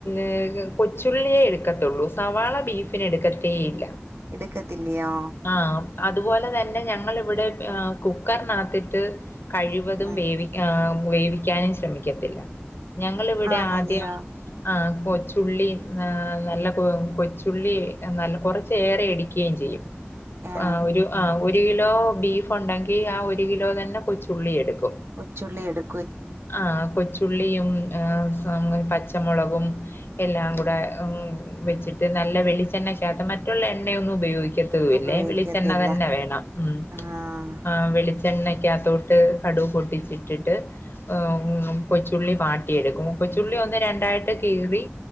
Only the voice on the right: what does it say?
എട്ക്കത്തില്ല്യോ?
ഉം
ആന്നല്ലയോ
ആ
കൊച്ചുള്ളി എടു
ഉപയോഗിക്കത്തില്ല
ആഹ്